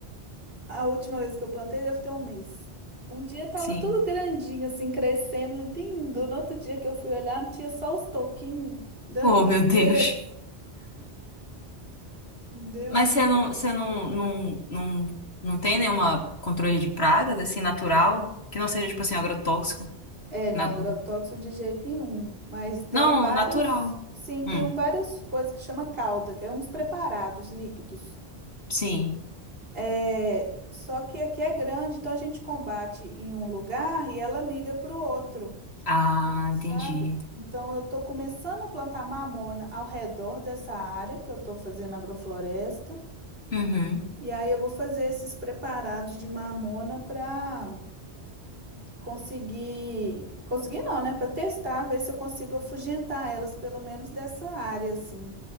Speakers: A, on the right; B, on the left.
A: a última vez que eu plantei deve ter um mês. Um dia tava
B: sim.
A: tudo grandinho, assim, crescendo, lindo. No outro dia que eu fui olhar, tinha só os toquinhos. Deu
B: Oh,
A: uma tristeza.
B: meu Deus.
A: Deu
B: Mas
A: uma.
B: você não,
A: t-
B: você não, não, não, não tem nenhuma controle de pragas, assim, natural? Que não seja, tipo assim, agrotóxico?
A: É, não,
B: Na-
A: agrotóxico de jeito nenhum. Mas tem
B: Não,
A: vários.
B: natural.
A: Sim, tem
B: Hum,
A: um- várias coisas que chama calda, que é uns preparados líquidos.
B: sim.
A: É, só que aqui é grande, então a gente combate em um lugar e ela migra para o outro,
B: Ah,
A: sabe?
B: entendi.
A: Então eu estou começando a plantar mamona ao redor dessa área que eu estou fazendo agrofloresta.
B: Uhum,
A: E aí eu vou fazer esses preparados de mamona para conseguir, conseguir não, né? Para testar, ver se eu consigo afugentar elas, pelo menos dessa área, assim,